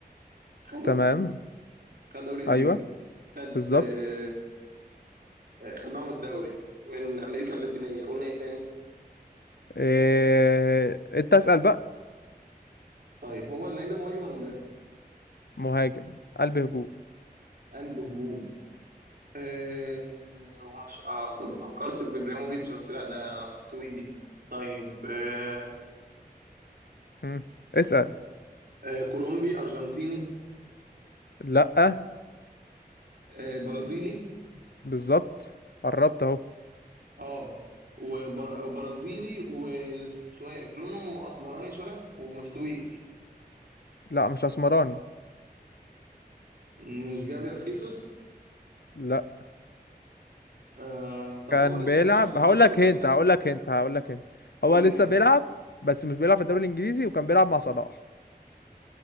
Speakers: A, on the right; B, on the left.
A: خده
B: تمام
A: خد دوري انجليزي
B: ايوه
A: خد
B: بالظبط
A: آه، آه، خدناهم الدوري من امريكا اللاتينيه قلنا ايه تاني
B: إيه... انت اسأل بقى
A: طيب هو اللعيب ده مهاجم ولا مدافع
B: مهاجم قلب هجوم
A: قلب هجوم آه ومش اه كنت فكرت في ابراهيموفيتش بس لا ده سويدي طيب آه
B: مم. اسأل
A: آه كولومبي ارجنتيني
B: لا
A: آه برازيلي
B: بالظبط قربت اهو
A: اه وبر- وبرازيلي وشويه لونه اسمراني شويه ومش طويل
B: لا مش اسمراني
A: مش جابريل خيسوس
B: لا
A: آه طب
B: كان
A: هو لسه
B: بيلعب
A: بيلعب دلوقتي
B: هقول لك
A: ولا
B: هنت
A: لا
B: هقول لك هنت هقول لك هنت
A: قول
B: هو لسه
A: لي هنا
B: بيلعب بس مش بيلعب في الدوري الانجليزي وكان بيلعب مع صلاح